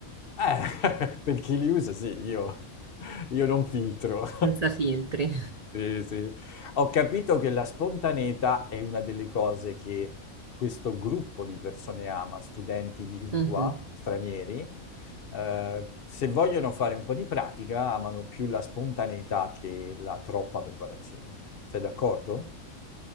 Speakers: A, on the left (about 50°); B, on the right (about 50°).
A: Eh, <laughs> per chi li usa, sì, io, io non filtro.
B: Senza filtri.
A: Sì, sì. Ho capito che la spontaneità è una delle cose che questo gruppo di persone ama, studenti di lingua
B: Mhm.
A: stranieri. Eh, se vogliono fare un po' di pratica, amano più la spontaneità che la troppa preparazione. Sei d'accordo?